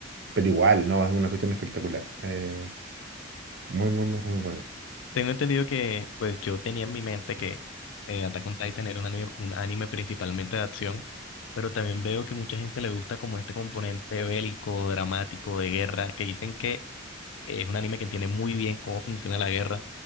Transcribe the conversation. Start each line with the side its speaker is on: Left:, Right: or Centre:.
Right: pero igual, ¿no? Es una cuestión espectacular. Eh, muy, muy, muy, muy bueno.
Left: Tengo entendido que, pues yo tenía en mi mente que eh, Attack on Titan era un anime, un anime principalmente de acción, pero también veo que mucha gente le gusta como este componente bélico, dramático, de guerra, que dicen que es un anime que entiende muy bien cómo funciona la guerra.